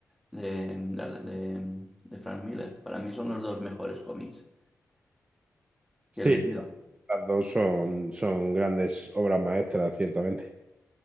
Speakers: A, in the centre; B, on the right.
A: de, de, de- de Frank Miller. Para mí son los dos mejores cómics
B: Sí.
A: que he leído.
B: Las dos son, son grandes obras maestras, ciertamente.